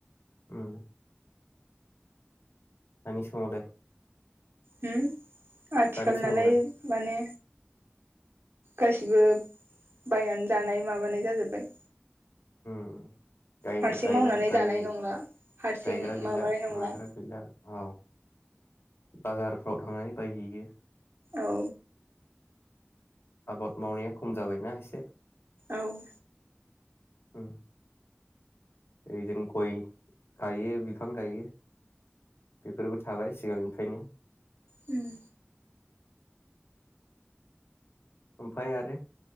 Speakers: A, on the left; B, on the right.
A: उम दानि समावलाय?
B: होम। आथिखाल
A: दानि समावलाय
B: नालाय माने गासिबो बायनानै जानाय माबानाय जाजोब्बाय।
A: उम <unintelligible> गायग्रा
B: हारसिं मावनानै जानाय नंला हारसिं माबानाय
A: गैला
B: नंला
A: माग्रा गैला औ। बाजारफ्राव थांनानै बायहैयो।
B: औ।
A: आबाद मावनाया खम जाबायना एसे।
B: औ।
A: उम। ओरै जों गय गायो बिफां गायो बेफोरबो थाबाय सिगांनिफ्रायनो।
B: उम।
A: ओमफाय आरो